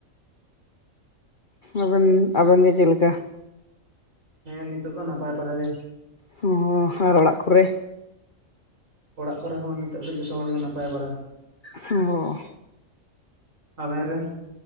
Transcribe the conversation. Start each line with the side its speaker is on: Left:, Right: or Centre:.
Left: ᱟᱵᱮᱱ ᱟᱵᱮᱱ ᱜᱮ ᱪᱮᱫ ᱞᱮᱠᱟ?
Right: ᱦᱮᱸ ᱱᱤᱛᱳᱜ ᱫᱚ ᱱᱟᱯᱟᱭ ᱵᱟᱟᱲᱟᱜ ᱜᱮ᱾
Left: ᱦᱚᱸ ᱟᱨ ᱚᱲᱟᱜ ᱠᱚᱨᱮ
Right: ᱚᱲᱟᱜ ᱠᱚᱨᱮ ᱦᱚᱸ ᱱᱤᱛᱚᱜ ᱫᱚ ᱡᱚᱛᱚ ᱦᱚᱲᱜᱮ ᱱᱟᱯᱟᱭ ᱵᱟᱲᱟ᱾
Left: ᱦᱩᱸ ᱚᱻᱻ
Right: ᱟᱵᱮᱱ ᱨᱮᱱ